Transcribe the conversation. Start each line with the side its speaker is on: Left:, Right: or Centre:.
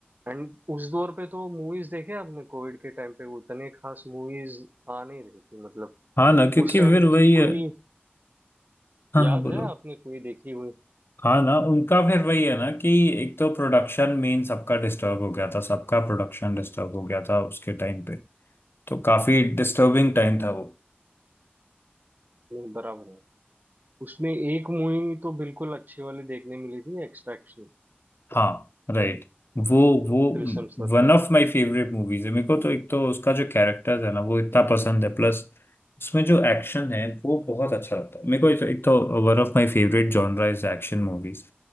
Right: एंड उस दौर पे तो मूवीज देखे आपने कोविड के टाइम पे उतने खास मूवीज आ नहीं रही थी मतलब
Left: हाँ ना क्योंकि
Right: उस टाइम
Left: फिर वही
Right: की
Left: है
Right: कोई
Left: हाँ
Right: याद
Left: हाँ बोलो
Right: है आपने कोई देखी हुई
Left: हाँ ना उनका फिर वही है ना कि एक तो प्रोडक्शन मेन सबका डिस्टर्ब हो गया था सबका प्रोडक्शन डिस्टर्ब हो गया था उसके टाइम पे तो काफी डिस्टर्बिंग
Right: हम्म,
Left: टाइम था वो
Right: नहीं बराबर है उसमें एक मूवी तो बिल्कुल अच्छी वाली देखने मिली थी एक्सट्रैक्शन
Left: हाँ राइट वो वो
Right: थ्रिसम के
Left: one of my favourite movies है मेरे को तो एक तो उसका जो कैरेक्टर है ना वो इतना पसंद है प्लस उसमें जो एक्शन है वो बहुत अच्छा लगता है मेरे को एक, तो, एक तो one of my favourite genre is action movies